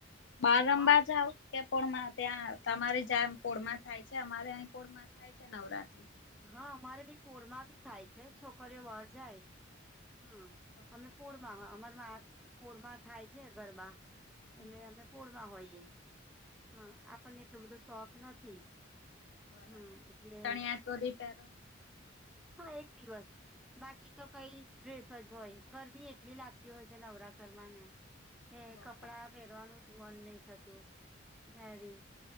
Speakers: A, on the left; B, in the centre.
A: બારંબા
B: હા
A: જઓ કે પોળમાં ત્યાં તમારી જ કોળમાં થાય છે અમારે અહીં કોળમાં થાય છે નવરાત્રી
B: હા અમારે ભી પરમા ભી ખાય છે છોકરીઓ વળ જાય હા
A: બરાબર
B: અમે પરમાં અમારમાં પૂળમાં થાય છે ગરબા
A: હમ
B: એટલે અમે પૂળમાં હોયએ હા આપણને એટલું બધું શોખ નથી
A: બરાબર
B: હા એટલે
A: ચણિયા તોોરી પે
B: હા એક દિવસ બાકી તો કઈ ટ્રેસ જ હોય ગરમી એટલી લાગતી હોય છે નવરાત્રમાં ને એ
A: બરાબર
B: કપડાં પહેરવાનું જ મન નહ થતું હેવી